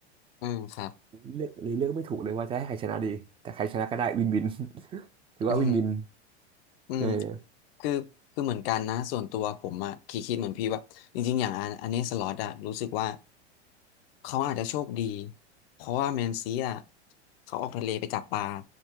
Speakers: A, on the left; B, on the right.
A: อืมครับ
B: เลือกเลยเลือกไม่ถูกเลยว่าจะให้ใครชนะดีแต่ใครชนะก็ได้วินวิน <laughs> ถือว่าวินวิน
A: อืมอืม
B: เออ
A: คือคือเหมือนกันนะส่วนตัวผมอะคิดคิดเหมือนพี่ว่าจริงๆอย่างอันอันเนสล็อตอะรู้สึกว่าเขาอาจจะโชคดีเพราะว่าแมนซีอะเขาออกทะเลไปจับปลา